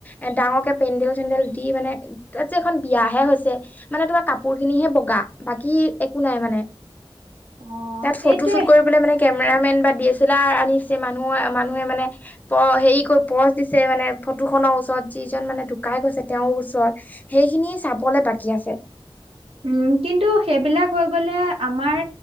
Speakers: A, on the left; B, on the right.
A: এ ডাঙৰ কে পেণ্ডেল চেণ্ডেল দি মানে, তাত যে এখন বিয়াহে হৈছে মানে তোমাৰ কাপোৰ খিনিহে বগা, বাকী একো নাই মানে।
B: অ
A: তাত
B: সেইটোৱে
A: ফটো শ্বুট কৰিবলে মানে কেমেৰামেন বা ডি এছ এল ব্লাৰ আনিছে মানুহে, মানুহে মানে প হেৰি ক পজ দিছে মানে ফটো খনৰ ওচৰত যিজন মানে ঢুকাই গৈছে তেওঁৰ ওচৰত সেইখিনি চাবলে বাকী আছে।
B: উ, কিন্তু সেইবিলাক হৈ গ'লে আমাৰ,